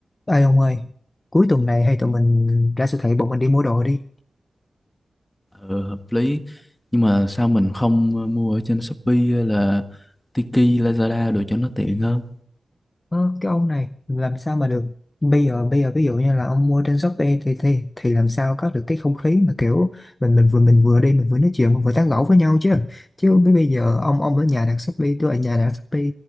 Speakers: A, on the left (about 30°); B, on the left (about 15°).
A: Ê ông ơi, cuối tuần này hay tụi
B: Ừ.
A: mình ra siêu thị bọn mình đi mua đồ đi.
B: ừ, hợp lý nhưng mà sao mình không ờ, mua ở trên Shopee hay là Tiki Lazada được cho nó tiện hơn
A: Ờ, cái ông này làm sao mà được? Bây giờ bây giờ ví dụ như là ông mua trên Shopee thì thì thì làm sao có được cái không khí mà kiểu mình mình vừa mình vừa đi mình vừa nói chuyện mình vừa tán gẫu với nhau chứ. Chứ bây bây giờ ông ông ở nhà đặt Shopee tôi ở nhà đặt Shopee